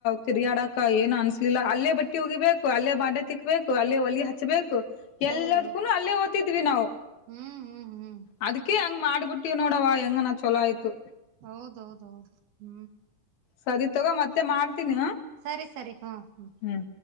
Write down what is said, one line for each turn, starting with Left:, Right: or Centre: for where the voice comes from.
Left: ತಿರುಗಾಡಕ ಏನ್ ಅನ್ಸ್ಲಿಲ್ಲ ಅಲ್ಲೇ ಬಟ್ಟಿ ಹೋಗಿಬೇಕು ಅಲ್ಲೇ ಬಾ ತಿಕ್ ಬೇಕು ಅಲ್ಲೇ ಒಲಿ ಹಚ್ಬೇಕು ಎಲ್ಲದ್ಕ್ಕೂನು
Right: ಹೌದೌದು
Left: ಅಲ್ಲೇ ಓದ್ತಿದ್ವಿ ನಾವು
Right: ಹ್ಮ್ ಹ್ಮ್ ಹ್ಮ್
Left: ಅದ್ಕ ಹಂಗ ಮಾಡ್ಬಿಟ್ಟಿವ್ ನೋಡವ ಹೆಂಗನ ಚಲ ಆಯ್ತು
Right: ಹೌದೌದ ಹೌದು ಹ್ಮ್
Left: ಸರಿ ತಗ ಮತ್ತೆ ಮಾಡ್ತೀನಿ
Right: ಸರಿ ಸರಿ ಹ ಹ್ಮ್
Left: ಹ್ಮ್